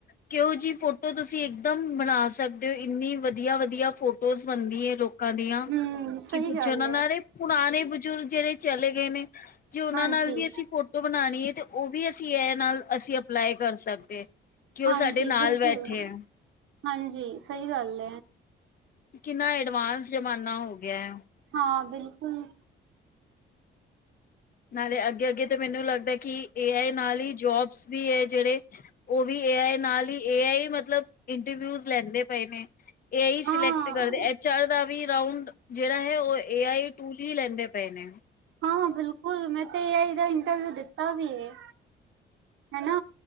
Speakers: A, on the left; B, on the right.
A: ਕਿਹੋ ਜਿਹੀ ਫੋਟੋ ਤੁਸੀਂ ਇੱਕਦਮ ਬਣਾ ਸਕਦੇ ਹੋ। ਇੰਨੀ ਵਧੀਆ ਵਧੀਆ ਫੋਟੋ ਰੋਜ਼ ਬਣਦੀ ਏ, ਲੋਕਾਂ ਦੀਆਂ
B: ਹੂੰ, ਸਹੀ
A: ਕੀ ਪੁੱਛੋ
B: ਗੱਲ
A: ਉਹਨਾਂ
B: ਏ।
A: <unintelligible> ਪੁਰਾਣੇ ਬਜ਼ੁਰਗ ਜਿਹੜੇ ਚਲੇ ਗਏ ਨੇ, ਜੇ ਉਹਨਾਂ
B: ਹਾਂਜੀ,
A: ਨਾਲ ਵੀ ਅਸੀਂ ਫੋ ਟੋ ਬਣਾਉਣੀ ਹੈ। ਤੇ ਉਹ ਵੀ ਅਸੀਂ ਏ ਆਈ ਨਾਲ ਅਸੀਂ ਅਪਲਾਈ ਕਰ ਸਕਦੇ। ਕਿ ਉਹ
B: ਹਾਂਜੀ
A: ਸਾਡੇ ਨਾਲ
B: ਬਿਲਕੁਲ।
A: ਬੈਠੇ ਐ
B: ਹਾਂਜੀ, ਸਹੀ ਗੱਲ
A: ਕਿੰਨਾ ਐਡਵਾਂਸ ਜ਼ਮਾਨਾ ਹੋ ਗਿਆ ਹੈ।
B: ਹਾਂ, ਬਿਲਕੁਲ।
A: ਨਾਲੇ ਅੱਗੇ-ਅੱਗੇ ਤੇ ਮੈਨੂੰ ਲੱਗਦਾ ਏ ਕਿ ਏ ਆਈ ਨਾਲ ਹੀ ਜੋਬਸ ਵੀ ਹੈ। ਜਿਹੜੇ ਉਹ ਵੀ ਏ ਆਈ ਨਾਲ ਹੀ ਏ ਆਈ ਮਤਲਬ ਇੰਟਰਵਿਊਜ ਲੈਂਦੇ ਪਏ ਨੇ। ਇਹੀ ਸਿਲੈਕਟ
B: ਹਾਂ,
A: ਕਰਦੇ, ਐਚ ਆਰ ਦਾ ਵੀ ਰਾਂਉਡ ਜਿਹੜਾ ਹੈ। ਉਹ ਏ ਆਈ ਟੂਲ ਹੀ ਲੈਂਦੇ ਪਏ ਨੇ।
B: ਹਾਂ, ਬਿਲਕੁਲ ਮੈਂ ਤੇ ਏ ਆਈ ਦਾ ਇੰਟਰਵਿਊ ਦਿੱਤਾ ਵੀ ਏ। ਹਨਾ